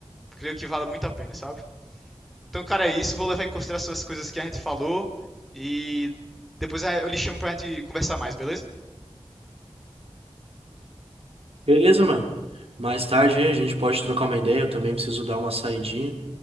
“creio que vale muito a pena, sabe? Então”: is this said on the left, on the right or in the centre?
Centre